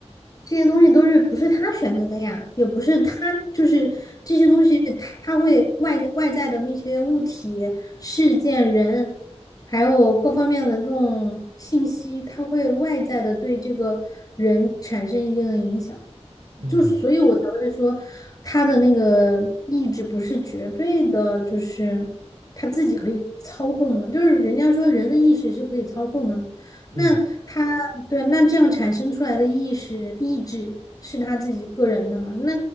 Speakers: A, on the left (about 30°); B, on the right (about 80°).
A: 这些东西都是不是他选择的呀，也不是他就是这些东西，他会外在外在的那些物体、事件、人，还有各方面的这种信息，他会外在的对这个人产生一定的影响，
B: 嗯嗯。嗯嗯
A: 就所以我才会说他的那个意志不是绝对的，就是他自己可以操控的，就是人家说人的意识是可以操控的嘛。
B: 嗯
A: 那他对，那这样产生出来的意识意志是他自己个人的嘛？那